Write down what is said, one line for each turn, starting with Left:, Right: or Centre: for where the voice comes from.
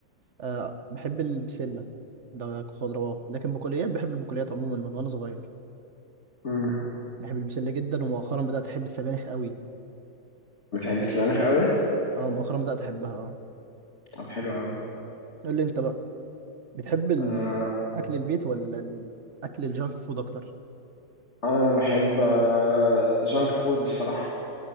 Right: أه بحب البسلة ده خضروات لكن بقوليات بحب البقوليات عموما من وأنا صغير
Left: مم.
Right: بحب البسلة جدا ومؤخرا بدأت أحب السبانخ قوي
Left: بتحب السبانخ قوي
Right: اه مؤخرا بدأت احبها اه
Left: طب حلو
Right: قول لي انت بقى بتحب ال-
Left: قوي
Right: اكل البيت ولا ال- اكل الجانك فود اكتر
Left: انا بحب آه، جانك فود الصراحه